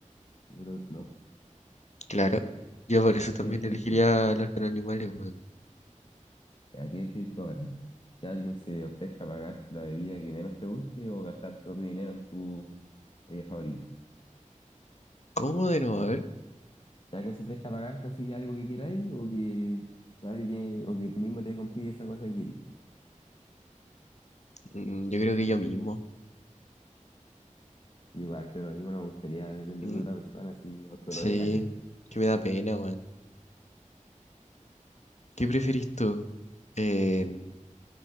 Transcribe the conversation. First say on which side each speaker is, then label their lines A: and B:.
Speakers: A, on the left; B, on the left.
A: Y por otro, no.
B: claro. Yo por eso también
A: ¿Qué preferís
B: elegiría
A: tú?
B: hablar con animales, weón.
A: ¿Aquí ¿qué prefieres ahora? ¿Que alguien se ofrezca a pagarte la bebida que menos te guste o gastar tu propio dinero en tu bebida favorita?
B: ¿Cómo de nuevo? A ver.
A: ¿Que alguien se ofrezca a pagarte así algo que queráis o que alguien o que tú mismo te compres esa cosa que querís?
B: Mm, yo creo que yo mismo.
A: Yo Igual creo lo mismo, no me gustaría depender
B: Mm,
A: de otra persona así, aunque
B: sí,
A: me lo dé gratis.
B: que me da pena, weón. ¿Qué prefieres tú? Em,